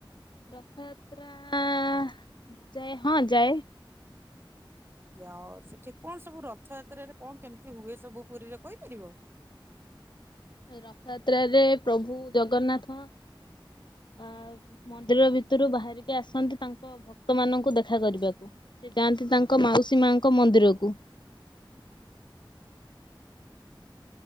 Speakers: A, on the left; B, on the right.
A: ରଥଯାତ୍ରା ଯାଏ ହଁ ଯାଏ।
B: ଆଉ ସେଠି କଣ ସବୁ ରଥଯାତ୍ରାରେ କଣ କେମିତି ହୁଏ, ସବୁ ପୁରୀରେ କହିପାରିବ? <inaudible>
A: ରଥଯାତ୍ରାରେ ପ୍ରଭୁ ଜଗନ୍ନାଥ ଅ ମନ୍ଦିର ଭିତରୁ ବାହାରିକି ଆସନ୍ତି, ତାଙ୍କ ଭକ୍ତ ମାନଙ୍କୁ ଦେଖା କରିବାକୁ ସେ ଯାଆନ୍ତି ତାଙ୍କ ମାଉସୀ ମାଙ୍କ ମନ୍ଦିରକୁ
B: <inaudible>